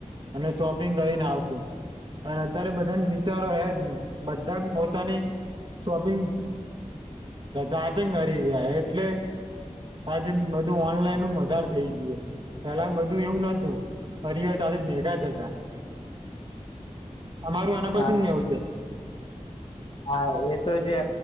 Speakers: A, on the right; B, on the left.
A: અને શોપિંગ કરીને આવશુ અને અત્યારે બધાને વિચારો હજ ની બધા પોતાની શોપિંગ જાતે કરી રહ્યા એટલે હા જેમ બધું ઓનલાઈન હ ધાર થઈ ગયો પેલા બધું એવું નતું હરિવાર સાથે મેઘા જ હતા. અમારું આના પસું
B: હા
A: નેવું છે.
B: હા એ તો છે